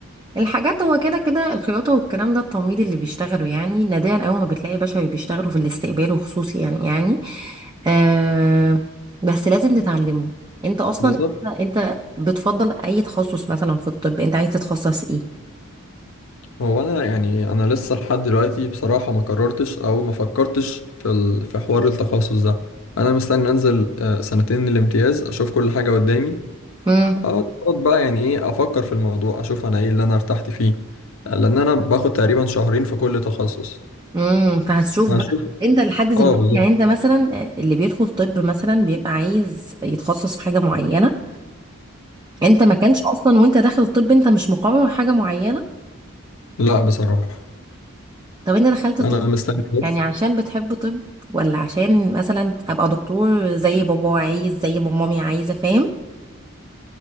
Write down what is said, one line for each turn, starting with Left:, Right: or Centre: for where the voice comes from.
Right: الحاجات هو كده كده الخياطة والكلام ده التمريض اللي بيشتغلوا يعني نادرا اول ما بتلاقي بشر بيشتغلوا في الاستقبال وخصوصي يعني يعني آه بس لازم تتعلمه انت اصلا
Left: بالظبط
Right: انت أنت بتفضل اي تخصص مثلا في الطب انت عايز تتخصص ايه
Left: هو أنا يعني أنا لسه لحد دلوقتي بصراحة ما قررتش أو ما فكرتش في ال... في حوار التخصص ده أنا مستني أنزل آه، سنتين الامتياز أشوف كل حاجة قدامي
Right: امم
Left: أقعد أقعد بقى يعني إيه أفكر في الموضوع أشوف أنا إيه اللي أنا ارتحت فيه آه، لأن أنا باخد تقريبا شهرين في كل تخصص
Right: امم فهتشوف
Left: هشوف
Right: بقى انت لحد دلوقتي
Left: اه بالظبط
Right: يعني انت مثلا آه، اللي بيدخل طب مثلا بيبقى عايز يتخصص في حاجه معينه انت ما كانش اصلا وانت داخل الطب انت مش مقرر حاجه معينه
Left: لا بصراحة
Right: طب انت دخلت طب
Left: انا مستني بس
Right: يعني عشان بتحب طب ولا عشان مثلا ابقى دكتور زي بابا عايز زي ما مامي عايزه فاهم